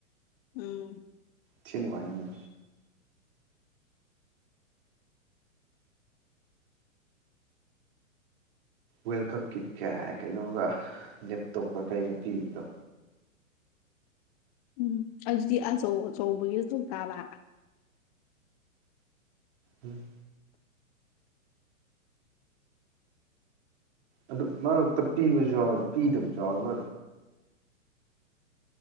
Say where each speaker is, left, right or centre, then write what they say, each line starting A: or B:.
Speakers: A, on the left (about 30°); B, on the right (about 50°).
A: ꯎꯝ
B: ꯊꯤꯅ ꯅꯨꯡꯉꯥꯢꯅꯤ ꯋꯦꯜꯀꯞ ꯀꯤꯠ ꯀꯥ ꯀꯩꯅꯣꯒ ꯂꯦꯞꯇꯣꯞꯀ ꯀꯩꯒ ꯄꯤꯕꯗꯣ
A: ꯎꯝ ꯑꯗꯨꯗꯤ ꯑꯆꯧ ꯑꯆꯧꯕꯒꯤꯁꯨ ꯆꯣꯡ ꯇꯥꯕ
B: ꯎꯝ ꯑꯗꯨ ꯃꯔꯛꯇ ꯄꯤꯕꯁꯨ ꯌꯥꯎꯋꯦ ꯄꯤꯗꯕꯁꯨ ꯌꯥꯎꯋꯦ